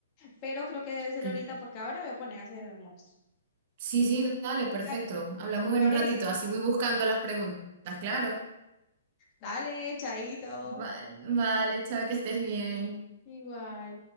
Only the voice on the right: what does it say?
Cla-
Sí, sí, dale, perfecto.
Hablamos
en un ratito, así voy buscando las preguntas, claro.
Va- Vale, chao, que estés bien.